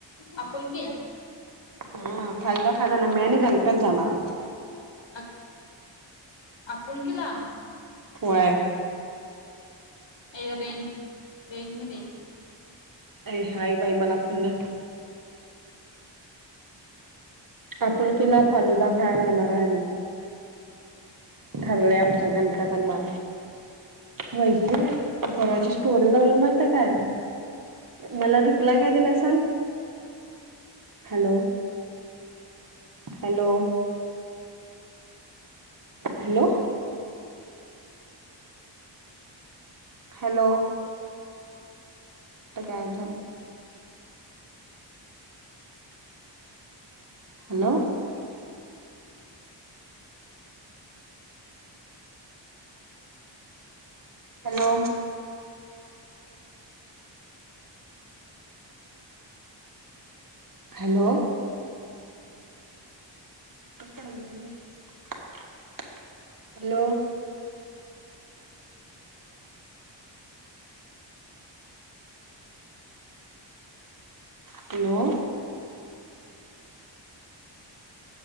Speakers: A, on the left; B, on the right.
A: आपुलकी.
B: हम्म, फालुदा खायला जाणार मी आणि गणप्याच जाणर.
A: हट्, आपुलकीला.
B: व्हंय.
A: ये रेंज रेंज मध्ये ये
B: ए हाय बाई मला फुल आपुलकीला फालुदा खायाला जाणार आहे आम्ही ठरलंय आमचं, गणकाच आणि मा वैशे ती परवाची स्टोरी लावलेलो माहिती काय मला रिप्लाय काय दिलाय सांग हॅलो हॅलो हॅलो हॅलो तर गायब झाल. Hello hello hello hello hello